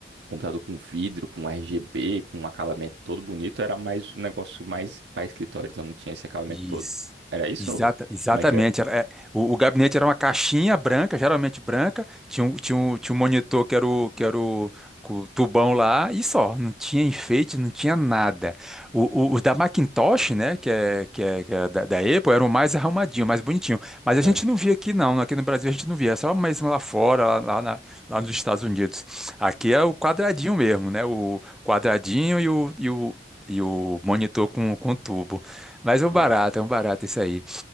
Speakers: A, on the right; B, in the centre.
A: computador com vidro, com RGB, com um acabamento todo bonito. Era mais um negócio mais para escritório, então não tinha esse acabamento
B: Isso.
A: todo. Era isso
B: Exata,
A: ou
B: exatamente.
A: como é que era?
B: Era, é, o, o gabinete era uma caixinha branca, geralmente branca, tinha um, tinha um, tinha um monitor que era o, que era o, com o tubão lá, e só, não tinha enfeite, não tinha nada. O, o, os da Macintosh, né, que é, que é, que é da, da Apple, eram mais arrumadinho, mais bonitinho. Mas a
A: Era.
B: gente não via aqui, não. Aqui no Brasil a gente não via, é só mesmo lá fora, lá, lá, na- lá nos Estados Unidos. Aqui é o quadradinho mesmo, né? O quadradinho e o, e o, e o monitor com, com tubo. Mas é
A: Ah,
B: um barato, é um barato isso aí.